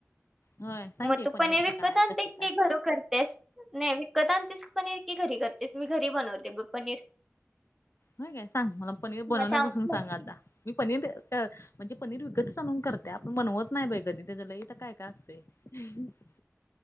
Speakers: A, on the left; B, in the centre.
A: होय सांग
B: मग
A: की
B: तू
A: पनीरचं
B: पनीर विकत
A: काय
B: आणते,
A: कसं
B: की
A: काय
B: घरू कर तेच, नाही विकत आणतेस पनीर की, घरी करतेस, मी घरी बनवते पनीर.
A: होय काय सांग, मला पनीर बनवण्यापासून
B: मग सांगू
A: सांग
B: का?
A: आता मी पनीर म्हणजे <unintelligible> पनीर विकतच आणून करत्या, पण बनवत नाही बाई कधी, त्याच लइ काय काय असतंय. <unintelligible> <inaudible>